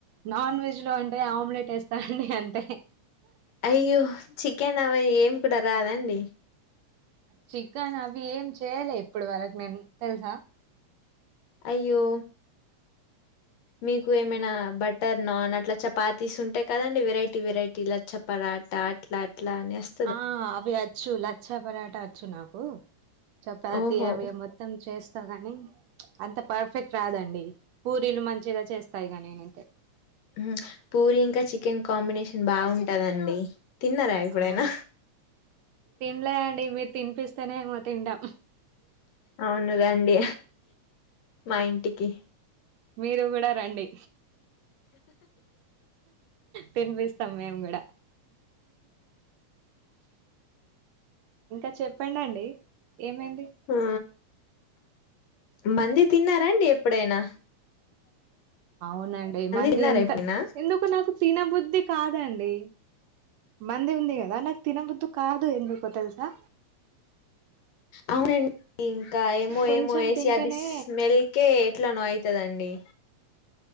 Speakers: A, on the right; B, on the left.
A: నాన్ వెజ్ లో అంటే ఆమ్లెట్ వేస్తా అండి అంతే
B: అయ్యో చికెన్ అవి ఏంపుడు రాదా అండి?
A: చికన్ అవి ఏం చేయలే ఇప్పడు వరకు నేన్ తెల్సా?
B: అయ్యో! మీకు ఏమైనా బటర్ నాన్ అట్లా చపాతీస్ ఉంటాయ్ కదండి వెరైటీ వెరైటీ లా చప్ పరాట అట్లా అట్లా అనేస్
A: ఆ అవి వచ్చు లచ్చా పరాట వచ్చు నాకు చపాతి
B: ఓహో
A: అవి మ మొత్తం చేస్తాకాని ప్చ్ అంత పర్ఫెక్ట్ రాదండి పూరీలు మంచిగా చేస్తా ఇగ నేనైతే
B: ఊహు పూరి ఇంకా చికెన్ కాంబినేషన్ బావుంటదండి తిన్నార ఎప్పుడైనా?
A: అవును తినలే అండి మీరు తిన్పిస్ తినేమో తింటామ్
B: అవును రండి మా ఇంటికి
A: మీరు గుడా రండి తిన్పిస్తాం మేము గుడా ఇంకా చెప్పండండి ఏమైంది?
B: ఆ మంది తిన్నారా అండి ఎప్పుడైనా
A: అవునండి మంది
B: తిన్నారా
A: ఎంత
B: ఎప్పుడైనా
A: ఎందుకో నాకు తినబుద్ధి కాదండి మంది ఉంది కదా నాకు తిన బుద్ధి కాదు ఎందుకో తెలుసా
B: అవునండి ఇంకా ఏమో
A: కొంచెం
B: ఏమో వేసి
A: తింటేనే
B: అది స్మెల్కే ఎట్లనో అయితాదండి